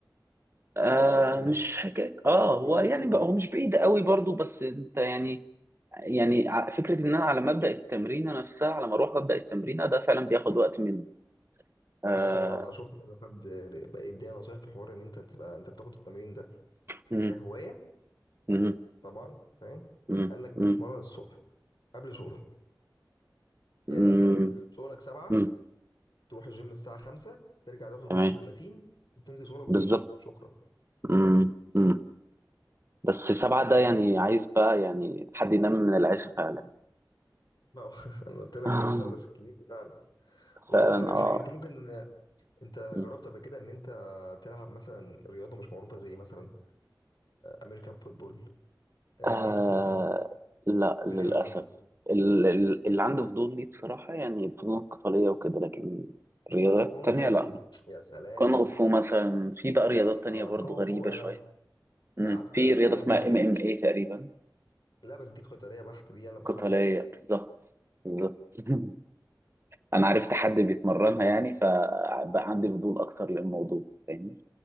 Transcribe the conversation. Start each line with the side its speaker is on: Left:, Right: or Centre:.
Right: آه
Left: يعني
Right: مش حكايه اه
Left: لو في
Right: هو
Left: حاجه
Right: يعني
Left: قريبه
Right: بقى هو مش بعيد قوي برضو بس انت يعني يعني ع- فكره ان انا على ما ابدا التمرين نفسها على ما اروح ابدا التمرين ده فعلا بياخد وقت من آه
Left: بص هو انا شفت كذا حد بقى يدينا نصايح في حوار ان انت تبقى انت بتاخد التمرين ده
Right: مم.
Left: كهوايه
Right: مم.
Left: طبعا فاهم
Right: مم.
Left: قال لك
Right: مم.
Left: اتمرن الصبح قبل شغلك
Right: مم.
Left: يعني مثلا شغلك سبعة
Right: مم.
Left: تروح الجيم الساعه خمسة ترجع تاخد الدش
Right: تمام
Left: المتين وتنزل شغلك وتيجي
Right: بالظبط
Left: شكرا
Right: مم. مم. بس سبعة ده
Left: فاهم
Right: يعني عايز بقى يعني حد ينام من العيش فعلا <laughs>
Left: ما هو <laughs> انا قلت لك
Right: آه.
Left: المثلث الكبير بتاعنا وبعدين
Right: فعلا
Left: اقول لك على
Right: اه
Left: حاجه انت ممكن انت جربت
Right: مم.
Left: قبل كده ان انت تلعب مثلا رياضه مش معروفه زي مثلا امريكان فوتبول
Right: آه،
Left: بيسبول
Right: لا للأسف
Left: بلياردو
Right: ال- ال- اللي عنده فضول ليه بصراحة يعني الفنون القتالية وكده لكن الرياضات
Left: كونغ
Right: التانية
Left: فو
Right: لا
Left: يا سلام
Right: كونغ فو مثلا في بقى رياضات تانية
Left: اه
Right: برضو
Left: كونغ
Right: غريبة
Left: فو انا
Right: شوية مم.
Left: لعبت
Right: في
Left: قبل
Right: رياضة
Left: كده
Right: اسمها
Left: هوايه
Right: ام ام اي تقريبا
Left: لا بس دي قتاليه بحت دي انا بكرهها
Right: قتالية بالظبط بالظبط <laughs> أنا عرفت حد بيتمرنها
Left: بكرهها قوي
Right: يعني فبقى عندي فضول أكتر للموضوع فاهمني؟